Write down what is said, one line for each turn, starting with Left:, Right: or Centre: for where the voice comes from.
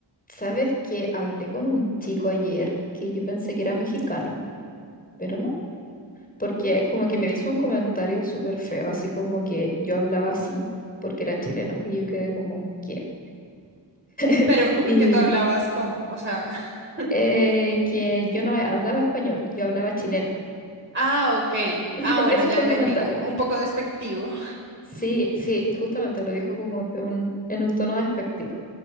Left: ¿Sabes que hablé con un chico ayer que yo pensé que era mexicano, pero no? Porque como que me hizo un comentario súper feo, así como que yo hablaba así porque era chilena y yo quedé como, ¿qué? <laughs>
Right: Pero
Left: Y
Right: que tú hablabas como, o sea, <laughs>
Left: eh,
Right: ¿cómo es?
Left: que yo no hablaba español, yo hablaba chileno.
Right: Ah, ok.
Left: <laughs>
Right: Ah, bueno,
Left: Ese
Right: ya
Left: fue
Right: entendí.
Left: el comentario.
Right: co- Un poco despectivo. <laughs>
Left: Sí, sí, y justamente lo dijo como de un, en un tono despectivo.